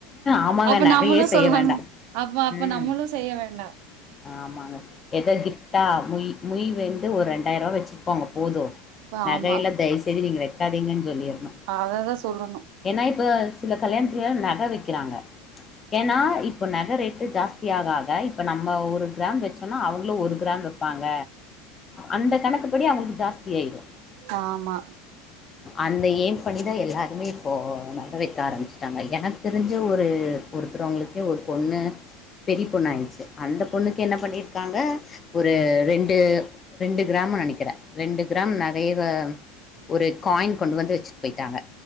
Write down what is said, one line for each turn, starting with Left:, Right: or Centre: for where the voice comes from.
Left: ஆமாங்க
Right: அப்ப
Left: நகையே
Right: நம்மளும்
Left: செய்ய
Right: சொல்லாம்
Left: வேண்டா
Right: அப்ப அப்ப
Left: ம்
Right: நம்மளும் செய்ய வேண்டாம்
Left: ஆமாங்க எதோ கிப்ட்டா முய மொய் வந்து ஒரு ரெண்டாயிரரூபா வச்சுருக்கோங்க போதும் நகை
Right: ஆமா
Left: எல்லாம் தயச செய்தயு நீங்க வ ங்க சொல்லிருணும்
Right: அததா சொல்லணு
Left: ஏனா இப்ப சில கல்யாண நகை வைக்கிறாங்க ஏன்னா இப்ப நகை ரேட்டு ஜாஸ்தியாக இப்ப நம்ம ந ஒரு கிராம் வச்சோம்னா அவங்களும் ஒரு கிராம் வைப்பாங்க அந்த கணக்குப்படி அவங்களுக்கு ஜாஸ்தி ஆயினும்
Right: ஆமா
Left: அந்த ஏம் பண்ணிதான் எல்லாரும் எருே இப்ப நல்ல வைக்க ஆரம்பிச்சு எனக்கு தெரிஞ்ச ஒரு ஒருத்தர்வங்களுக்கே ஒரு பொண்ணு பெரிய பொண்ணு ஆயிடுச்சு அந்த பொண்ணுக்கு என்ன பண்ணியிருக்காங்க ஒரு ரெண்டு ரெண்டு கிராம்னு நினைக்கிறேன் ரெண்டு கிராம் நெறைய ஒரு காயின் கொண்டு வந்து வச்சுட்டு போயிட்டாங்க